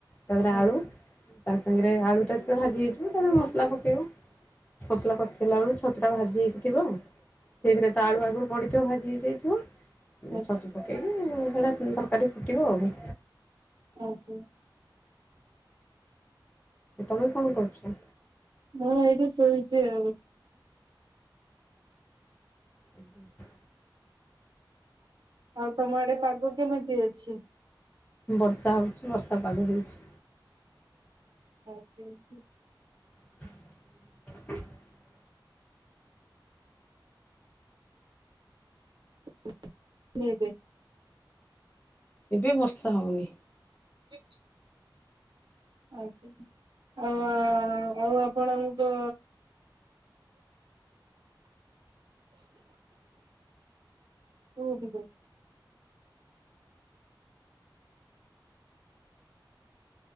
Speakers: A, on the left; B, on the right.
A: ତାପରେ
B: ଆଜ୍ଞା
A: ଆଳୁ ତା ସାଙ୍ଗରେ ଆଳୁଟା ଭାଜି ହେଇଯିବ ତାପରେ ମସଲା ପକେଇବ। ମସଲା କଷେଇଲା ବେଳକୁ ଛତୁଟା ଭାଜି ହେଇକି ଥିବ ସେଇଥିରେ ତ ଆଳୁ ଆଗୁରୁ ପଡିଥିବ ଭା ଜି ଯାଇଥିବ
B: ଆଜ୍ଞା।
A: ଛତୁ ପକେଇକି ଭଳିଆ ତରକାରୀ ଫୁଟିବ ଆଉ।
B: ଓହଃ।
A: ତମେ ବି କଣ କରୁଛ।
B: ମୁଁ ଏଇଠି ଶୋଇଛି ଆଉ।
A: ଆଜ୍ଞା।
B: ଆଉ ତମ ଆଡେ ପାଗ କେମିତି ଅଛି।
A: ବର୍ଷା ହେଉଛି ବର୍ଷା ପାଗ ହେଇଛି।
B: <unintelligible>
A: <inaudible>
B: <unintelligible>
A: ଏବେ ବର୍ଷା ହେଉନି।
B: <inaudible> ଆଜ୍ଞା ଆଉ ଆଉ ଆପଣଙ୍କ <unintelligible>